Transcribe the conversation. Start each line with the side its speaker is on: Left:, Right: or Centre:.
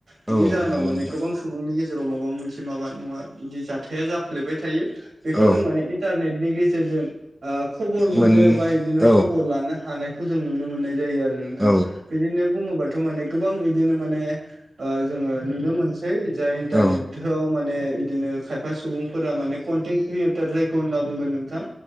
Right: बिनि
Centre: औ
Right: जाहोनाव
Centre: नंगौ
Right: माने
Centre: नोंथां
Right: गोबां सुबुंनि गेजेराव माबा मोनसे माबा नङा बिदि जाथाया जाफ्लेबाय थायो बेखौ
Centre: औ
Right: जों माने इन्टारनेटनि गेजेरजों ओ खबर मोनो
Centre: मोन
Right: बा बिदिनो
Centre: औ
Right: खबर लानो हानाय खौ जों नुनो मोननाय जायो आरो नोंथां।
Centre: औ
Right: बिदिनो बुङोबाथ' माने गोबां बिदिनो माने ओ जोङो नुनो मोनसिनो जा इन्टारनेटआव
Centre: औ
Right: माने बिदिनो खायफा सुबुंफोरा माने कन्टेन्ट क्रियेटार जायखौ होनना बुंगोन नोंथां